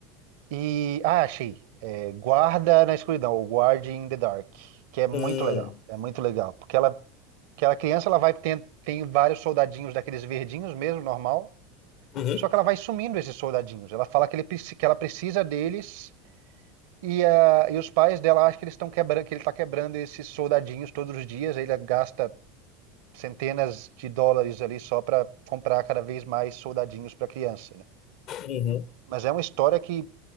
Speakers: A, on the right (about 65°); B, on the left (about 50°).
A: E. Ah, achei. É, Guarda na escuridão, ou Guard in the Dark, que é muito
B: uhum,
A: legal. É muito legal. Porque ela, aquela criança, ela vai tem, tem vários soldadinhos daqueles verdinhos mesmo, normal.
B: uhum,
A: Só que ela vai sumindo esses soldadinhos. Ela fala que, ele, preci- que ela precisa deles. E, ah, e os pais dela acham que eles estão quebrando, que ele está quebrando esses soldadinhos todos os dias. Aí ele gasta centenas de dólares ali só para comprar cada vez mais soldadinhos para a criança, né?
B: uhum,
A: Mas é uma história que